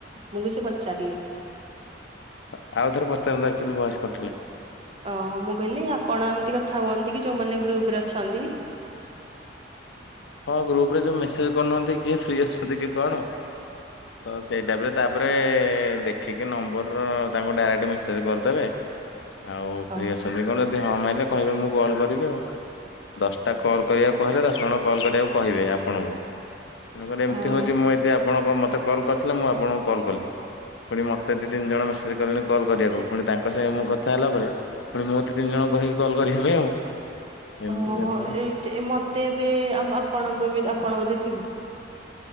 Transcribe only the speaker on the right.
ମୁଁ କିଛି ପଚାରିଲି।
ଓ ମୁଁ କହିଲି ଆପଣ ଏମିତି କଥା ହୁଅନ୍ତି କି ଯୋଉମାନେ ଗ୍ରୁପ ରେ ଅଛନ୍ତି?
ଓହୋ
ଓହୋ।
ଓ
ହ ଜେ ଏ ମତେ ଏବେ ଆମ ଆପଣଙ୍କ ବି ଆପଣ ବୋଧେ ଥିବୁ